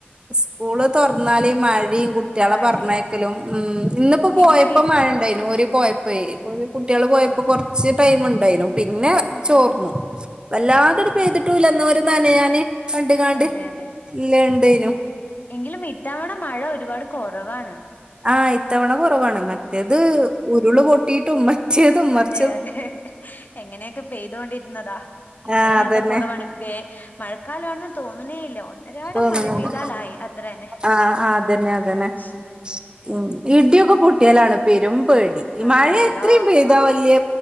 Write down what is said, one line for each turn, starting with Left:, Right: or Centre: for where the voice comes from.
Right: സ്ക്കൂള് തുറന്നാൽ മ- <unintelligible> കുട്ടികളെ
Left: മഴയാണ്
Right: പറഞ്ഞയക്കലും ഉം ഇന്നിപ്പോ പോയപ്പോ
Left: എങ്കിലും ഈ
Right: മഴ ണ്ടായിരുന്നു ഒരു പോയ പോയ് ഉം കുട്ടികൾ പോയ
Left: ഓ
Right: <unintelligible> ടൈം ഉണ്ടായിന്നു പിന്നെ
Left: ഉം
Right: ചോർന്നു
Left: ഉം
Right: വല്ലാതട പെയ്തിട്ടൂല്ല എന്ന ഒരു നനയാനെ കണ്ട് കാണ്ട്
Left: അതെ അതെ
Right: ഇല്ലണ്ട് ന്തെനും
Left: എങ്കിലും ഇത്തവണ മഴ ഒരുപാട് കൊറവാണ്
Right: ആഹ് ഇത്തവണ കൊറവാണ് മറ്റേത് ഉരുള് പൊട്ടിയിട്ടും മറ്റേതും മറ-
Left: തെ അതെ എങ്ങനെയൊക്കെ പെയ്തൊണ്ടിരുന്നതാ ഇത്തവണ
Right: ആഹ് അതന്നെ
Left: എന്തോ കുറവാണ് വേ മഴക്കാലമാണെന്ന് തോണനെയില്ല <unintelligible> രാടം
Right: തോന്നുന്നുണ്ട്
Left: മഴ പെയ്താലായി അത്ര തന്നെ
Right: ആഹ് ആഹ് അതന്നെ അതന്നെ
Left: ഉ
Right: ഉം ഇടിയൊക്കെ പൊട്ടിയാലാണ് പേരും പേടി ഈ
Left: അതെ
Right: മഴ
Left: അള്ളാ
Right: എത്രയും പെയ്താ വലിയ